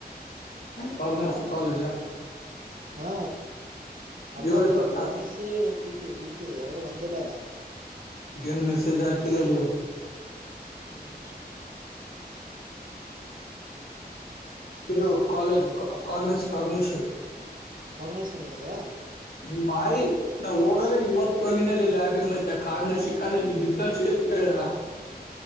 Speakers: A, on the left; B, on the right.
A: ಕಾನರ್ಸಿ ಕಾಲೇಜ.
B: ಹಾ ಅಲ್ಲ
A: ಏಳು
B: ಅಲ್ಲಲ್ಲ
A: ಇಪ್ಪತ್ತಾರು
B: ಕೊಗ್ನಿಸಿ ಪಿಪಿ ಪಿಪಿ ಎರಡು ಒಂದಿಲ್ಲ ಅದ.
A: ನ್ ಮೆಸಜ ಆಕರೆಲ್ಲ.
B: ಹ್ಮ್
A: ಇದು ಕಾಲೇಜ್ ಕಾರ್ನಸ್ ಕಾರ್ನಶ.
B: ಕಾಗ್ನೂಸಿ ಅದು.
A: ನಿಮ್ಮ ಮಾಯಿ ನಾವವು ಹೋಗದ್ರೆ ಇವತ್ತು ತಗಿನಲ್ಲಿ ಲ್ಬಿಗ್ ಮೈ ಕ ನ ಸಿಕ ಡಿಫೆನ್ಸ್ ಕೇಳ.